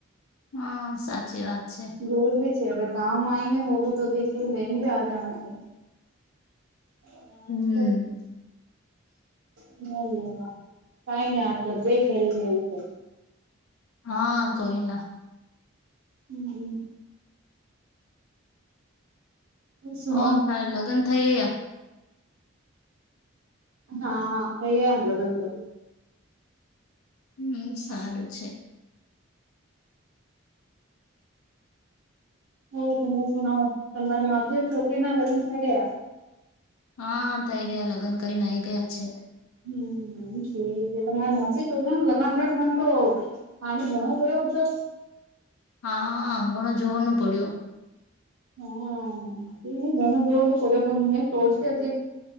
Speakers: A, on the left; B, on the right.
A: હા સાચી વાત છે.
B: રોર ભી છે હવે ગામમાં આવીને હોવો તો એક દી લઈને બી આજવા છે. <unintelligible>
A: હમ
B: એ કઈ ની આડ કર <unintelligible> ક ખેલ લીવ છે.
A: હા કોઈ ના,
B: હમમ, સુનાઓ
A: ઓર થારે લગ્ન થઈ ગયા.
B: હા થઈ ગયા લગ્ન તો,
A: હમ સારું છે.
B: હ તમને સુણવો તમારા માસી રી છોકરી ના લગ્ન થઈ ગયા.
A: હા થઈ ગયા લગ્ન કરીને આઈ ગયા છે.
B: હમ ઠીક છે તમારી માસી રી છોકરી રા લગન <unintelligible> તો, પાણી ઘણો ભર્યો હતો.
A: હા ઘણો જોરનું પડ્યો.
B: હા ઘણા જોવાનું પડ્યો તો મૈ સોચતી હતી.